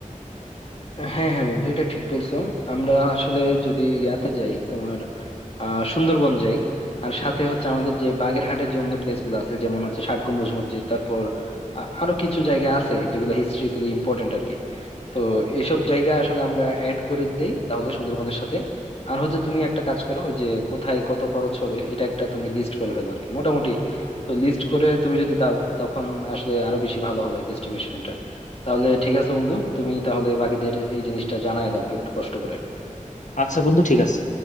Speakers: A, on the left; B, on the left.
A: হ্যাঁ হ্যাঁ বন্ধু এটা ঠিক বলছো আমরা আসলে যদি ইয়াতে যাই তোমার আহ সুন্দরবন যাই আর সাথে হচ্ছে আমাদের যে বাগেরহাটের যে অন্য প্লেস গুলো আছে যেমন হচ্ছে ষাট গম্বুজ মসজিদ তারপর আ- আরো কিছু জায়গা আছে যেগুলো হিস্ট্রিক্যালি ইম্পর্টেন্ট আর কি তো এইসব জায়গা আসলে আমরা অ্যাড করে দেই তাহলে সুন্দরবনের সাথে আর হচ্ছে তুমি একটা কাজ করো ওই যে কোথায় কত খরচ হবে এটা একটা তুমি লিস্ট করে ফেলো আর কি মোটামুটি তো লিস্ট করে তুমি যদি দাও তখন আসলে আরো বেশি ভালো হবে আর কি এস্টিমেশনটা তাহলে ঠিক আছে বন্ধু তুমি তাহলে বাকিদের এই জিনিসটা জানায় দাও একটু কষ্ট করে
B: আচ্ছা বন্ধু ঠিক আছে